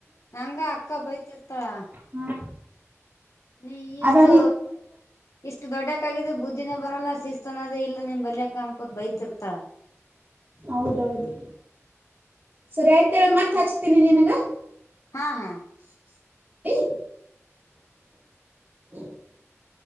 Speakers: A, on the left (about 85°); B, on the right (about 30°).
A: ನಂಗ ಅಕ್ಕ ಬಯತಿರ್ತಾಳ
B: ಹ್ಮ್
A: ನೀ
B: ಅದ
A: ಇಷ್ಟು
B: ರೀ
A: ಇಷ್ಟು ದೊಡ್ಡಕ್ಕಗಿದ ಬುದ್ಧಿನೇ ಬರಲ್ಲ ಶಿಸ್ತ ತಾನದೇ ಇಲ್ಲ ನಿಮ್ ಬಲಯಕ ಅನ್ಕೋತ್ ಬೈತಿ ಇರ್ತಳ
B: ಹೌದೌದು ಸರಿ ಆಯ್ತೇಳ ಮತ್ತೆ ಹಚ್ತೀನಿ ನಿನ್ಗ
A: ಹಾ ಹಾ
B: ಹ <unintelligible>